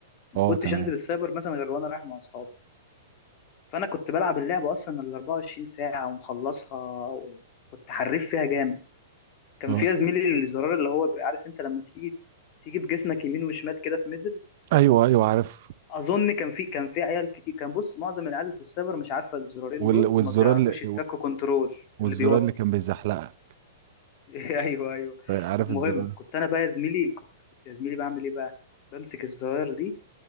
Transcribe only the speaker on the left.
ما
كنتش
انزل السايبر مثلا غير وانا رايح مع اصحابي فانا كنت بلعب اللعبه اصلا ال 24 ساعه ومخلصها وكنت حريف فيها جامد كان
فيها زميلي الزرار اللي هو بيبقى عارف انت لما تيجي تيجي بجسمك يمين وشمال كده في ميدل
اظن كان في كان في عيال كتير كان بص معظم العيال في السايبر مش عارفه الزرارين
دول
وما بيعرفوش
يتكوا كنترول
اللي بيوطي
<laughs> ايوه ايوه
المهم
كنت انا بقى يا زميلي كنت كنت يا زميلي بعمل ايه بقى بمسك الزرار دي